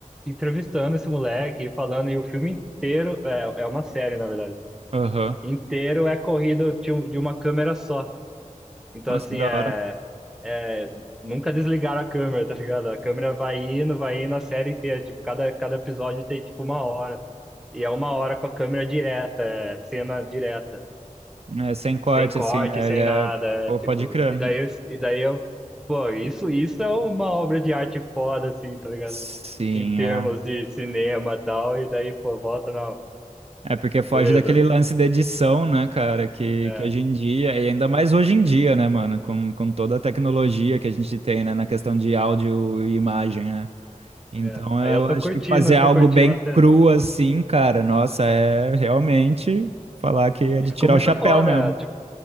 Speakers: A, in the centre; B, on the right (about 50°).
A: entrevistando esse moleque e falando, e o filme inteiro é, é uma série, na verdade
B: Aham.
A: inteiro é corrido de, um- de uma câmera só. Então,
B: Nossa,
A: assim,
B: que da
A: é,
B: hora.
A: é. Nunca desligaram a câmera, tá ligado? A câmera vai indo, vai indo a série inteira. Tipo, cada, cada episódio tem, tipo, uma hora. E é uma hora com a câmera direta, é, cena direta.
B: É, sem corte,
A: Sem corte,
B: assim, né?
A: sem
B: Ele é.
A: nada.
B: Pô,
A: é, tipo,
B: pode crer.
A: e daí, eu- e daí eu. Pô, isso, isso é uma obra de arte foda, assim, tá ligado?
B: Sim,
A: Em termos
B: é.
A: de cinema e tal. E daí, pô, volta, não.
B: É porque foge
A: Beleza.
B: daquele lance da edição, né, cara? Que,
A: É,
B: que hoje em dia, e ainda mais hoje em dia, né, mano? Com, com toda a tecnologia que a gente tem, né, na questão de áudio e imagem, né? Então
A: é. Aí eu
B: eu
A: tô
B: acho
A: curtindo,
B: que fazer algo
A: tô curtindo
B: bem
A: até.
B: cru assim, cara, nossa, é realmente falar que é
A: E
B: de
A: ficou
B: tirar
A: muito
B: o chapéu
A: foda,
B: mesmo.
A: tipo,